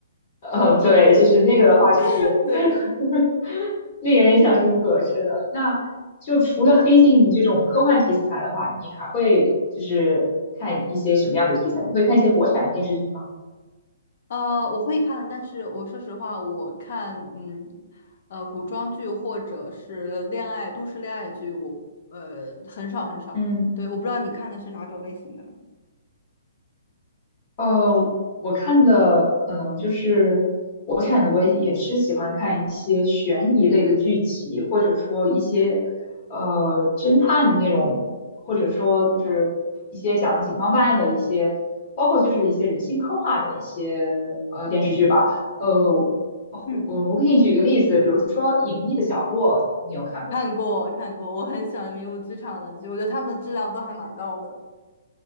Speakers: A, on the left; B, on the left.
A: 呃，对，就是那个的话，其实
B: <laughs> 对，
A: <laughs> 令人印象深刻。是的，那就除了黑镜这种科幻题材的话，你还会就是看一些什么样的题材？你会看一些国产的电视剧吗？
B: 呃，我会看，但是我说实话，我看嗯呃古装剧或者是恋爱都市恋爱剧，我呃很少很少。
A: 嗯，
B: 对，我不知道你看的是哪种类型的呢？
A: 呃，我看的可能就是国产的，我也也是喜欢看一些悬疑类的剧集，或者说一些呃侦探那种，或者说就是一些讲警方办案的一些，包括就是一些人性刻画的一些呃电视剧吧。呃，我
B: 嗯，
A: 我我给你举个例子，比如说《隐秘的角落》，你有看过吗？
B: 看过看过，我很喜欢《迷雾剧场》的剧，我觉得他们的质量都还蛮高的。